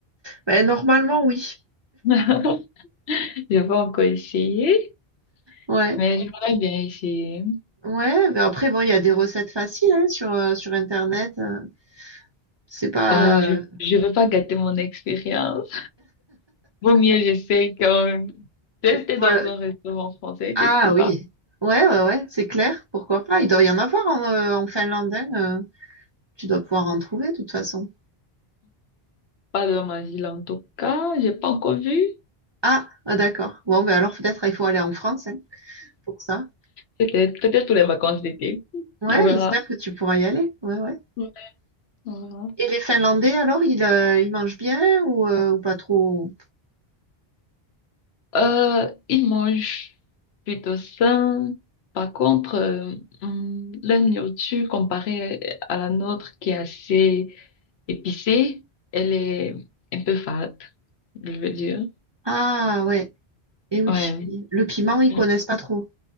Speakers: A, on the right; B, on the left.
A: Mais normalement, oui.
B: <laughs> J'ai pas encore essayé,
A: Ouais.
B: mais j'aimerais bien essayer.
A: Ouais, mais après, bon, il y a des recettes faciles hein, sur, euh, sur Internet. euh, C'est pas...
B: Oh, je,
A: euh,
B: je veux pas gâter mon expérience. Vaut mieux, j'essaie quand même. J'étais
A: sur
B: dans
A: le-
B: un restaurant français
A: Ah
B: quelque part.
A: oui, ouais, ouais, ouais, c'est clair, pourquoi pas, il doit y en avoir en, euh, en Finlande, hein, euh, tu dois pouvoir en trouver de toute façon.
B: Pas dans ma ville, en tout cas. J'ai pas encore vu.
A: Ah, ah, d'accord, bon, ben alors peut-être il faut aller en France hein, pour ça.
B: Peut-être, peut-être pour les vacances d'été.
A: Ouais,
B: On verra.
A: j'espère que tu pourras y aller, ouais, ouais.
B: On verra.
A: Et les Finlandais, alors, ils, euh, ils mangent bien ou, euh, ou pas trop?
B: Euh, ils mangent plutôt sain. Par contre, euh, hum, leur nourriture comparée à la nôtre qui est assez épicée, elle est un peu fade, je veux dire.
A: Ah ouais, et oui,
B: Ouais.
A: le piment, ils
B: Mm.
A: connaissent pas trop,